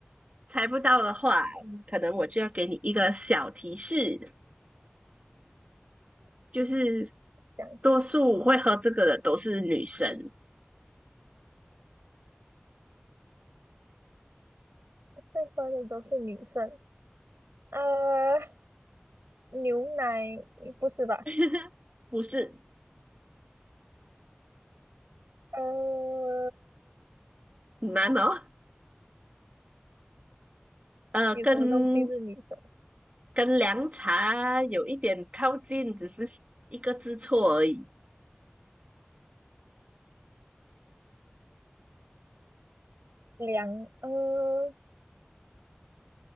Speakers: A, on the right (about 35°); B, on the right (about 80°).
A: 猜不到的话，
B: 嗯
A: 可能我就要给你一个小提示，就是
B: <clears throat>，想一下
A: 多数会喝这个的都是女生，
B: 会喝的都是女生，呃，牛奶不是吧？
A: <laughs> 不是
B: 呃，
A: 很难哦。呃，
B: 有什么东西是女生？
A: 跟跟凉茶有一点靠近，只是一个字错而已。
B: 凉，呃，